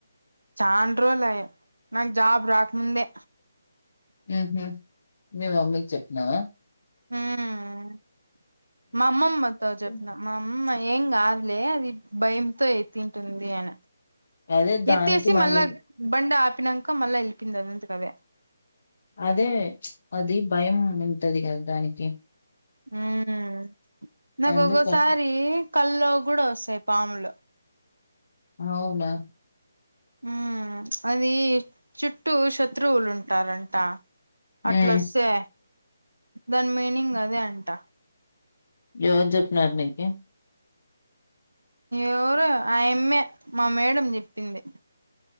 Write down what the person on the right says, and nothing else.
చన్ రోజులు లాయెనాకు జాబ్ రాకముందే
మ్ మా అమ్మమ్మతో చెప్పిన
మా అమ్మ ఐ ఏం కాదులే అది భయంతో ఎత్తుటుంది అనే
ఎత్తేసి
మళ్ళా బండి ఆపినంక మళ్ళా వెల్లిపొఇంది అదంతటదే
మ్మ్ నాకు
ఒకొసారి
కల్లో కూడా వస్తాయి పాములు
మ్అది చుట్టూ శత్రువులు ఉంటారంట అట్లొస్తే
దాని మీనింగ్ అదే అంట
ఎవరు ఆయమ్మే మా మేడం చెప్పింది